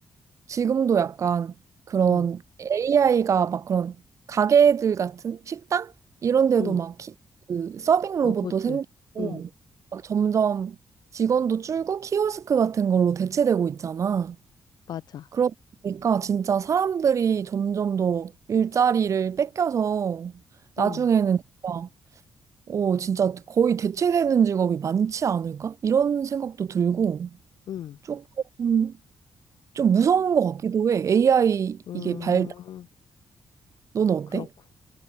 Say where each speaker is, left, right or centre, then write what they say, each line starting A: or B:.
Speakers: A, on the right; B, on the left.
A: 지금도 약간 그런
B: 응,
A: AI가 막 그런 가게들 같은 식당? 이런 데도
B: 응,
A: 막 키, 그 서빙 로봇도
B: 로봇들,
A: 생기고
B: 응,
A: 막 점점 직원도 줄고 키오스크 같은 걸로 대체되고 있잖아.
B: 맞아,
A: 그러다 보니까 진짜 사람들이 점점 더 일자리를 뺏겨서 나중에는
B: 응,
A: 진짜, 어, 진짜 거의 대체되는 직업이 많지 않을까? 이런 생각도 들고
B: 응,
A: 조금 좀 무서운 것 같기도 해. AI
B: 음,
A: 이게 발달, 너는 어때?
B: 그렇구나.